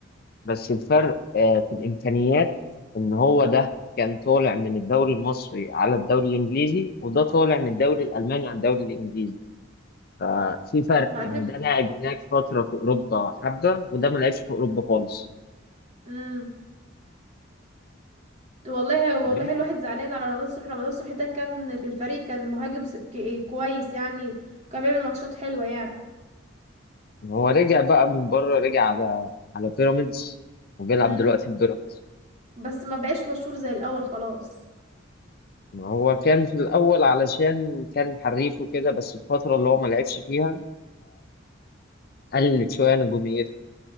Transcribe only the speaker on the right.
هتف
امم والله والله
الواحد زعلان على رمضان صبحي رمضان صبحي ده كان في الفريق كان مهاجم سك... إيه كويس يعني كان بيعمل ماتشات حلوة يعني
امم
بس ما بقاش مشهور زي الأول خلاص